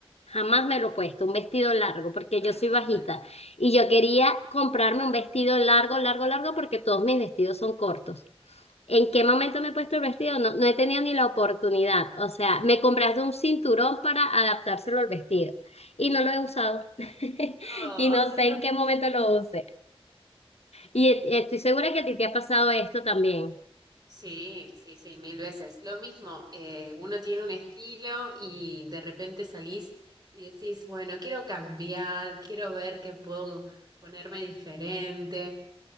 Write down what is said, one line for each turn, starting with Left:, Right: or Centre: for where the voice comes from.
Left: Jamás me lo he puesto, un vestido largo, porque
Right: <laughs>
Left: yo soy bajita y yo quería comprarme un vestido largo, largo, largo, porque todos mis vestidos son cortos. ¿En qué momento me he puesto el vestido? No, no he tenido ni la oportunidad. O sea, me compraste un cinturón para adaptárselo al vestido y no lo he usado. <laughs>
Right: Oh.
Left: Y no sé en qué momento lo use. Y et- estoy segura que a ti te ha pasado esto también.
Right: Sí, sí, sí, mil veces. Lo mismo, eh, uno tiene un estilo y de repente salís y decís, bueno, quiero cambiar, quiero ver qué puedo ponerme diferente.